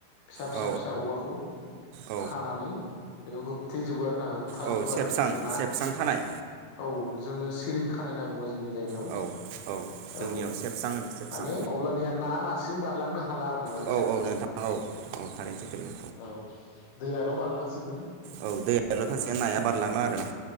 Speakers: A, on the left; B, on the right.
A: फिसा फिसा
B: औ
A: फिसा औवाखौ
B: औ
A: खानानै बेयाव होबथेजोबो आरोना। खाजोबो
B: औ सेबसां
A: आरो बे ना
B: सेबसां खानाय
A: औ। जोंङो सिरिन खानाय होनना बुङो जोंनि। जोंनि जायगायाव
B: औ औ जोंनियाव
A: औ
B: सेबसां होनो सेबसां
A: माने अब्लानिया ना मासे सो बारलांनो हाला आरो। नाओरै
B: औ
A: साइडआवहाय।
B: नोंथां औ औ थारैनो सैथो बेयो
A: औ दैआ ल बारलांसिगोन।
B: औ दैयाल थांसिगोन
A: औ
B: नाया बारलांला आरोना।